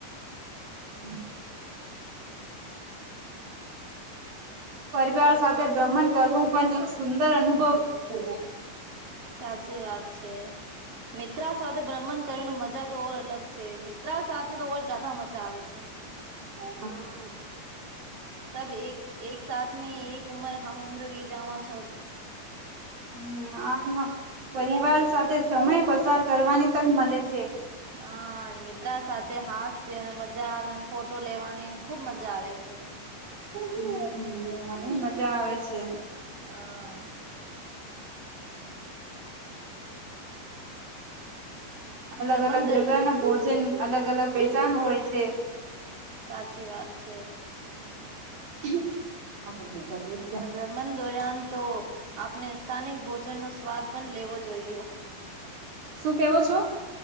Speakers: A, on the right; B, on the right.
A: ઉભીરે. પરિવાર સાથે ભ્રમન કરવું પણ એક સુંદર અનુભવ છે.
B: સાચી વાત છે, મિત્રા સાથે ભ્રમણ. કરવાનો મજા તોર અલગ છે, મિત્રા સાથે તો ઓર જાયદા મજા આવે છે.
A: જે બી, હમ,
B: સબ એક એક સાથ મે એક ઉમર હમ ઉમ્ર રીજાવા છ.
A: હમ, ના ના પરિવાર સાથે સમય પસાર કરવાની તક મલે છે.
B: હા ન મિત્રા સાથે હાસ્ય ને મજા ને ફોટો લેવાની ને ખૂબ મજા આવે છે.
A: હમ્મ <unintelligible> મજા આવે છે.
B: હા.
A: અલગ
B: બ્રહ્માંડ
A: અલગ જગા ના પોસ્ટ જન અલગ અલગ પેચાન હોય છે.
B: સાચી વાત છે.
A: <unintelligible> હ તો મજા દેત
B: હા બ્રાહ્મણ દોર્યાન તો આપણે સ્થાનિક ભોજન નો સ્વાદ પણ લેવો જોઈઓ.
A: શું કેવો છો?